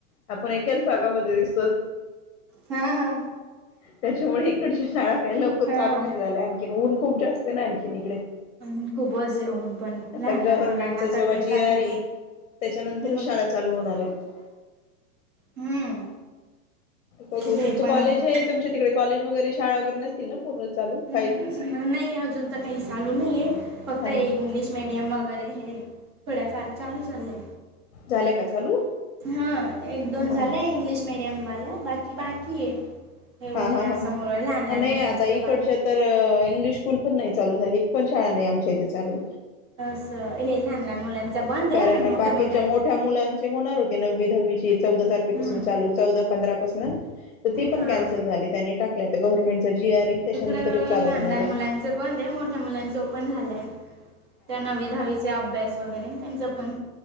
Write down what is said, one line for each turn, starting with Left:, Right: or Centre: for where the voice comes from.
Left: आपण एकाच भागामध्ये दिसतो
Right: हा हा हा
Left: त्याच्यामुळे इकडच्या शाळा काही लवकर नाही
Right: हा
Left: झाले आणखी ऊन खूप जास्त ना आणखीन इकडे.
Right: अ खूपच येऊन पण
Left: आता
Right: लहान
Left: गव्हर्नमेंटचा
Right: लहान मुलांना
Left: जेव्हा
Right: तर बेकार
Left: जी आर
Right: होत
Left: येईल त्याच्यानंतर
Right: हम्
Left: शाळा चालू होणार आहेत.
Right: हम्म.
Left: बघू
Right: खूप हे
Left: तुमचं
Right: पण
Left: कॉलेज
Right: होतो
Left: आहे तुमच्या तिकडे कॉलेज वगरे शाळा वगैरे नसतील ना. पूर्ण चालू
Right: नाही
Left: काहीच
Right: अजून तर काही चालू नाहीे फक्त
Left: हा हा
Right: इंग्लिश मीडियम वगैरे हे थोड्याफार चाू झालं.
Left: झाल्या का चालू
Right: हा एक दोन
Left: हा
Right: झाल्या इंग्लिश मीडियम मला बाकी बाकी हे हे
Left: हा
Right: ऊनास
Left: हा
Right: मुळे लहान
Left: हा
Right: लहान
Left: नाही
Right: मुलांच
Left: आता इकडच्या
Right: बा
Left: तर इंग्लिश स्कूल पण नाहीत. चालू झाली. पण शाळा नाही आमच्या इथे चालू
Right: असं हे लहान लहान मुलांचा बंद
Left: कारण
Right: आहे हे मोठे
Left: बाकीच्या
Right: मोठे
Left: मोठ्या मुलांचे होणार होते नववी दहावी चौदा तारखेपासून
Right: हम्म
Left: चालू चौदा पंधरा कस न पण
Right: हा
Left: कॅन्सल झाली त्यांनी टाकली आता गव्हर्नमेंट चा जी आ र त्याच्यानंतर
Right: इकडं
Left: चालू
Right: लहान
Left: होणार
Right: लहान
Left: हे
Right: मुलांचे बंद आहे मोठ्या मुलांचे ओपन झालंय त्या नव्वी दहावीचे अभ्यास वगैरे न त्यांच जपण